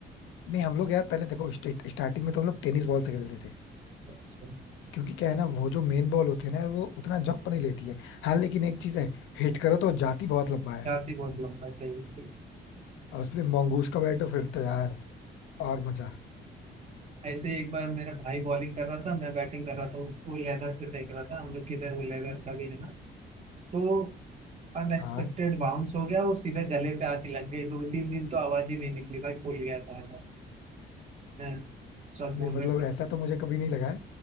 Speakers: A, on the left; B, on the right.
A: नहीं हम लोग यार पहले देखो स्टार्टिंग में तो हम लोग टेनिस बॉल से खेलते थे
B: अच्छा अच्छा
A: क्योंकि क्या है ना वो जो मेन बॉल होती है ना यार, वो उतना जंप नहीं लेती है हाँ लेकिन एक चीज है हिट करो तो जाती बहुत लंबा है
B: जाती बहुत लंबा सही
A: और उसमें मंगूस का बैट हो फिर तो यार और मजा
B: ऐसे ही एक बार मेरा भाई बॉलिंग कर रहा था मैं बैटिंग कर रहा था वो लेदर से फेंक रहा था हम लोग किधर वो लेदर का भी है ना तो अनएक्सपेक्टेड
A: हाँ
B: बाउंस हो गया वो सीधे गले पे आके लग गई दो तीन दिन तो आवाज ही नहीं निकली भाई फूल गया था ऐसा हैं, सब
A: नहीं
B: बोल
A: मतलब
B: रहे कि
A: ऐसा तो मुझे कभी नहीं लगा है